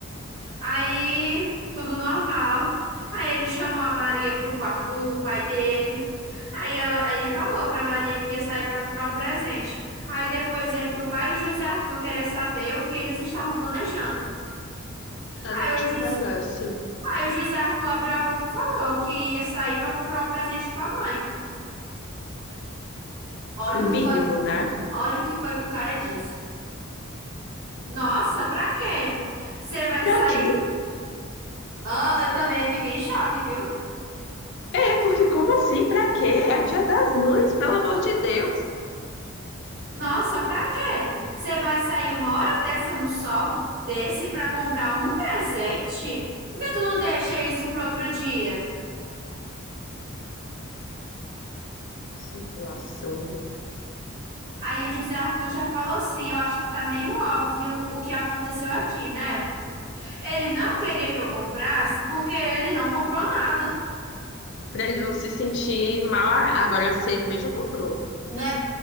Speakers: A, on the right; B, on the left.
A: Aí, tudo normal. Aí ele chamou a Maria pro quarto do pai dele. Aí, ela, aí ele falou pra Maria que ia sair pra comprar um presente. Aí depois entra o pai do José Arthur querer saber o que eles estavam planejando.
B: Nada
A: Aí
B: que te
A: o, Jus-
B: interessa.
A: aí o José Arthur abriu a boca e falou que ia sair pra comprar um presente pra mãe. Olha
B: O
A: o que
B: mínimo,
A: foi que,
B: né?
A: olha o que foi que o cara disse. Nossa, pra quê? Você vai
B: Pra
A: sair?
B: quê?
A: Ah, eu também fiquei em choque, viu?
B: É, porque como assim? Pra quê? É o Dia das Mães, pelo amor de Deus.
A: Nossa, pra quê? Você vai sair uma hora dessa no sol desse pra comprar um presente? Por que tu não deixa isso pro outro dia?
B: Situação.
A: Aí o José Arthur já falou assim: eu acho que tá meio óbvio o que aconteceu aqui, né? Ele não queria que eu comprasse porque ele não comprou nada,
B: Pra ele não se sentir mal, agora a cerveja comprou.
A: né?